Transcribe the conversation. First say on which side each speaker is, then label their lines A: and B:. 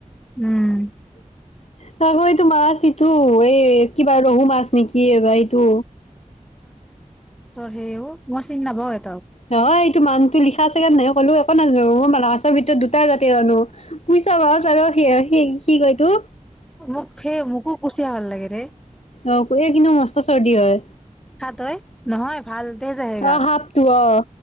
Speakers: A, in the centre; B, on the left.
A: উম।
B: <unintelligible> মাছ ইটো এ। কিবা ৰহু মাছ নেকি এ ভাই এইটো।
A: হে অ', ম‌ই চিন নাপাওঁ এ
B: নহয়। মানুহটো লিখা আছেগে নাই ক'লো একো নাজানো মই মাছৰ ভিতৰত দুটাই জাতি জানো, কুইছা মাছ আৰু সিয়ে সি কি কয় ইটো
A: মোক সেই মোকো কুচিয়া ভাল লাগে। হে
B: অ', এই কিন্তু মস্ত চৰ্দি হয়।
A: খা তই নহয়। ভাল তেজ আহে গাত,
B: অ সাপটো অ